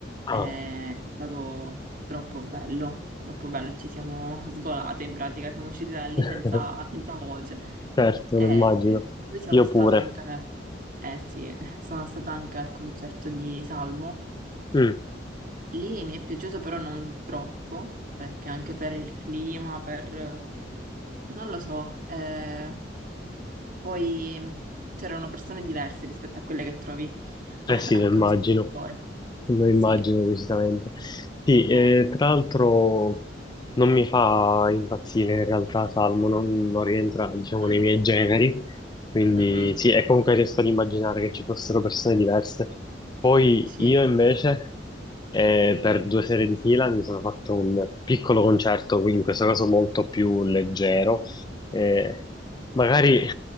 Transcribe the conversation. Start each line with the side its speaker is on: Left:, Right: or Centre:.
Left: Ah.
Right: Eh, È stato troppo bello, troppo bello. Ci siamo <laughs> sgolate in pratica, siamo uscite da lì
Left: <laughs>
Right: senza, senza voce.
Left: Certo,
Right: E,
Left: lo immagino.
Right: eh, poi sono
Left: Io
Right: stata
Left: pure.
Right: anche, eh sì, sono stata anche al concerto di Salmo.
Left: Mm.
Right: Lì mi è piaciuto però non troppo, perché anche per il clima, per... non lo so, eh, poi mm, c'erano persone diverse rispetto a quelle che trovi <laughs> a-
Left: Eh sì,
Right: al
Left: lo immagino,
Right: concerto di poi.
Left: lo immagino
Right: Sì,
Left: decisamente. Sì, eh,
Right: eh.
Left: tra l'altro non mi fa impazzire in realtà Salmo, non, non rientra, diciamo,
Right: Mm.
Left: nei miei generi, quindi
Right: Mhm.
Left: sì, e comunque riesco ad immaginare che ci fossero persone diverse. Poi
Right: Sì.
Left: io invece, eh,
Right: Mhm.
Left: per due serie di fila, mi sono fatto un piccolo concerto, quindi in questo caso molto più leggero, eh, magari